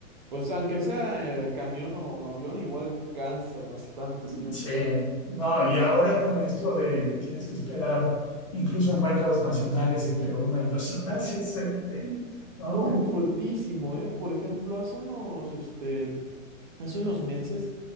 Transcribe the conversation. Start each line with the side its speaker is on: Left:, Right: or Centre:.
Right: pues aunque sea eh, camión o avión, igual cansa bastante siempre.
Left: Sí, no, y ahora con esto de que tienes que esperar incluso en vuelos nacionales entre una y dos horas, <laughs> es, este, ¿no?
Right: No,
Left: Sí.
Right: fuertísimo, ¿eh? Por ejemplo, hace unos, este, Hace unos meses